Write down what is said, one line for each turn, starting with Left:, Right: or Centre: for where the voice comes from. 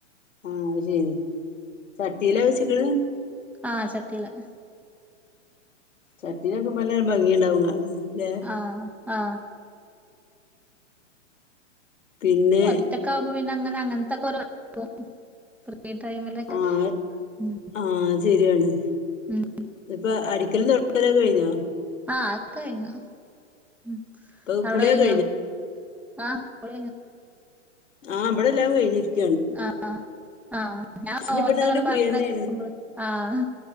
Left: ആഹ് അത് ശെരി ചട്ടീലാ വെച്ച്ക്ക്ണെ
Centre: ആഹ് ചട്ടീലാ
Left: ആ ചട്ടീലെക്കുമ്പൊ നല്ല ഭംഗിണ്ടാവൊള്ളൂ കാണാന് ല്ലേ
Centre: ആ ആ
Left: പിന്നെ
Centre: ഒറ്റക്കാവുമ്പോ പിന്നങ്ങനെ അങ്ങൻത്തൊക്കെ ഓരോ <unintelligible> ടൈമിലൊക്കെ
Left: ആഹ്
Centre: ഉം
Left: ആ അത് സെരിആണ്
Centre: ഉം
Left: ഇപ്പ അരി ഒലും തുറക്കാ കഴിഞ്ഞോ
Centre: ആഹ അക്കെ കഴിഞ്ഞോ ഉ
Left: ഇപ്പൊ
Centre: അവിടെ
Left: കുളിയൊക്കെ
Centre: കഴിഞ്ഞോ ആഹ് ഒള
Left: ആഹ് ഇവിടെ ലാങ്ങ കഴഞ്ഞിരിക്ക
Centre: ആഹ ആഹ് ഞാൻ
Left: ഇനി
Centre: ഓരോ
Left: ഇവിടുന്ന് അങ്ങട്ട്
Centre: അങ്ങോട്ട് പറഞ്ഞള്
Left: ഫ്രീ തന്നെയാണ്
Centre: ആഹ